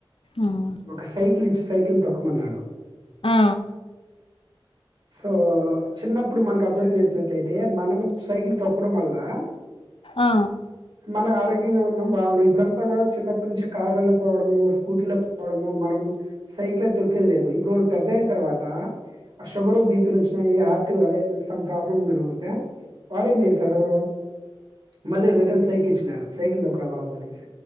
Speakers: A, on the left (about 80°); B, on the right (about 60°).
A: ఆ!
B: ఒక సైక్లి ఇచ్చి సైకిల్ తొకమన్నాడు
A: ఆ
B: సో చిన్నప్పుడు మనకి అబ్జర్వ్ చేసినట్లయితే మనము సైకిల్ తొక్కడం వల్ల ల
A: ఆ
B: మన ఆరో గ్యంగా ఉన్నాం బాగున్నాం ఇప్పుడంతా కూడా చిన్నప్పటి నుంచి కార్లల్ల పోవడము స్కూటీల పోవడము మనం సైకిల్ తొక్కేది లేదు ఇప్పుడోడు పెద్దయిన తర్వాత ఆ షుగరు బిపీలు వచ్చినాయి హార్ట్ అదే సమ్ ప్రాబ్లమ్ ఉందిని పోతే వాళ్ళు ఏం చేశారు మళ్ళీ రిటర్న్ సైకిల్ ఇచ్చినారు సైకిల్ దొకరా బాబుని అనేసి